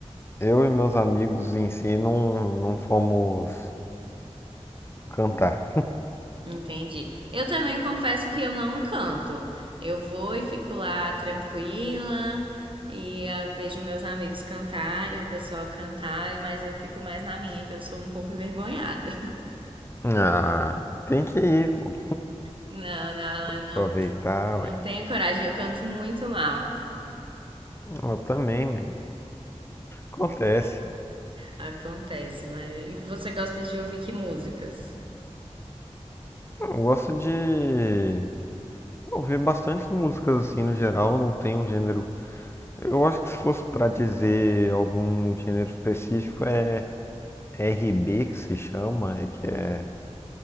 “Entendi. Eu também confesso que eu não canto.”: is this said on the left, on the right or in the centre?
Right